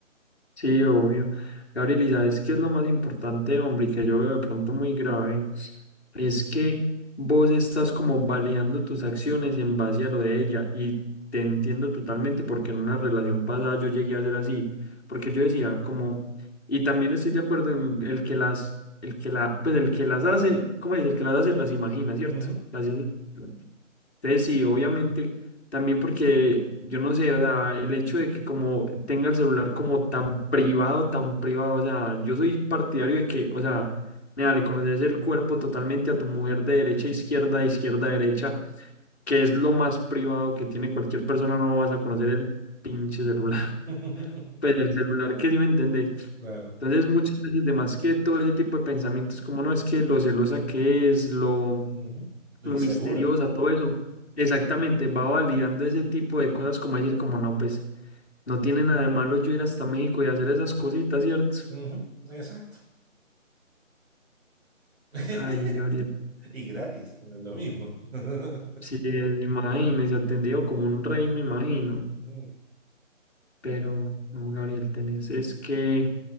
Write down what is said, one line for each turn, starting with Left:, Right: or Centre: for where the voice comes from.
Left: sí, obvio. Gabriel, ¿y sabes qué es lo más importante, hombre, y que yo veo de pronto muy grave? Es que vos estás como baleando tus acciones en base a lo de ella. Y te entiendo totalmente porque en una relación pasada yo llegué a ser así. Porque yo decía como, y también estoy de acuerdo en el que las, el que la, pues el que las hace, ¿cómo es? El que las hace las imagina, ¿cierto?
Right: Ujú.
Left: Así es. Entonces, sí, obviamente, también porque yo no sé, o sea, el hecho de que como tenga el celular como tan privado, tan privado, o sea, yo soy partidario de que, o sea, nada, le conoces el cuerpo totalmente a tu mujer de derecha a izquierda, de izquierda a derecha, que es lo más privado que tiene cualquier persona, no vas a conocer el pinche celular,
Right: <laughs>
Left: <laughs> pues el celular que sí me entendés.
Right: Claro.
Left: Entonces, muchas veces, de más que todo ese tipo de pensamientos, como no es que lo celosa que es, lo
Right: Ujú. Lo
Left: lo
Right: Insegura.
Left: misteriosa, todo eso, exactamente, va validando ese tipo de cosas como decir, como no, pues no tiene nada de malo yo ir hasta México y hacer esas cositas, ¿cierto?
Right: Ujú. Exacto. <laughs>
Left: Ay, Gabriel,
Right: Y gratis, no es lo mismo. <laughs>
Left: sí, imagínese, atendido como un rey, me imagino,
Right: Mm.
Left: pero no, Gabriel, tenés es que,